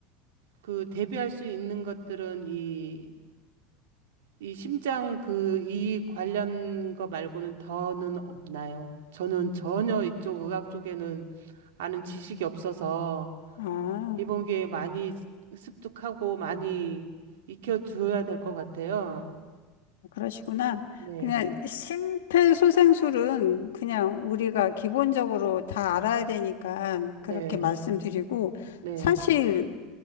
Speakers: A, on the right (about 75°); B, on the left (about 80°).
A: 그 대비할 수 있는 것들은 이, 이 심장 그 이 관련 거 말고는 더는 없나요? 저는 전혀 이쪽 의학 쪽에는 아는 지식이 없어서
B: 아,
A: 이번 기회에 많이 습득하고 많이 익혀두어야 될 것 같아요.
B: 그러시구나.
A: 네,
B: 그냥 심폐소생술은 그냥 우리가 기본적으로 다 알아야 되니까
A: 네,
B: 그렇게 말씀드리고,
A: 네,
B: 사실